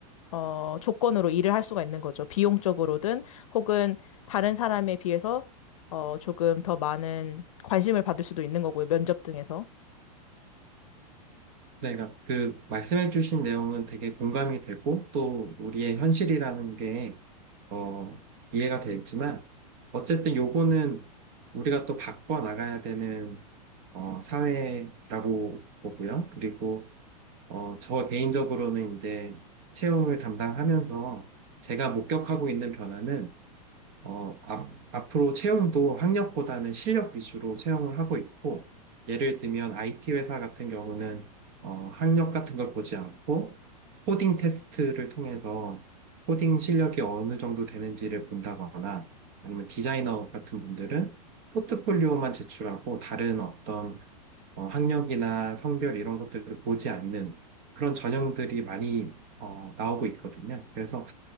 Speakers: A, on the left; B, on the right.
A: 어, 조건으로 일을 할 수가 있는 거죠. 비용적으로든 혹은 다른 사람에 비해서 어, 조금 더 많은 관심을 받을 수도 있는 거고요. 면접 등에서.
B: 네, 그러니까 그 말씀해주신 내용은 되게 공감이 되고 또 우리의 현실이라는 게 어, 이해가 되지만 어쨌든 요거는 우리가 또 바꿔 나가야 되는 어, 사회라고 보고요. 그리고 어, 저 개인적으로는 이제 채용을 담당하면서 제가 목격하고 있는 변화는 어, 앞, 앞으로 채용도 학력보다는 실력 위주로 채용을 하고 있고, 예를 들면 IT 회사 같은 경우는 어, 학력 같은 걸 보지 않고, 코딩 테스트를 통해서 코딩 실력이 어느 정도 되는지를 본다거나, 아니면 디자이너 같은 분들은 포트폴리오만 제출하고 다른 어떤 어, 학력이나 성별 이런 것들을 보지 않는 그런 전형들이 많이 어, 나오고 있거든요. 그래서